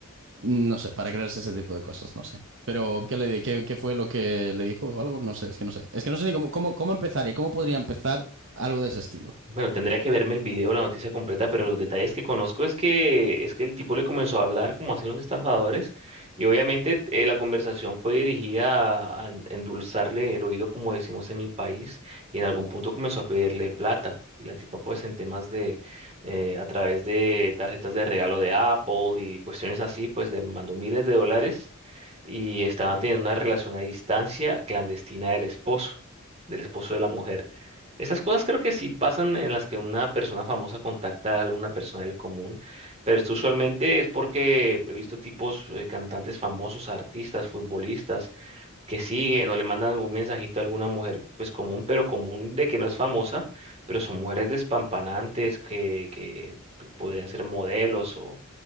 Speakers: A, on the right; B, on the right.
A: No sé, para creerse ese tipo de cosas, no sé. Pero, ¿qué le di- qué, qué fue lo que le dijo o algo? No sé, es que no sé. Es que no sé ni cómo, cómo, cómo empezaría, cómo podría empezar algo de ese estilo.
B: Bueno, tendría que verme el video, la noticia completa, pero los detalles que conozco es que es que el tipo le comenzó a hablar como hacen los estafadores y obviamente eh, la conversación fue dirigida a, a endulzarle el oído, como decimos en mi país, y en algún punto comenzó a pedirle plata. Y la tipa pues en temas de, eh, a través de tarjetas de regalo de Apple y cuestiones así, pues le mandó miles de dólares y estaban teniendo una relación a distancia clandestina del esposo, del esposo de la mujer. Esas cosas creo que sí pasan en las que una persona famosa contacta a alguna persona del común, pero esto usualmente es porque he visto tipos eh, cantantes famosos, artistas, futbolistas que siguen o le mandan algún mensajito a alguna mujer pues común, pero común de que no es famosa, pero son mujeres despampanantes que, que podrían ser modelos o,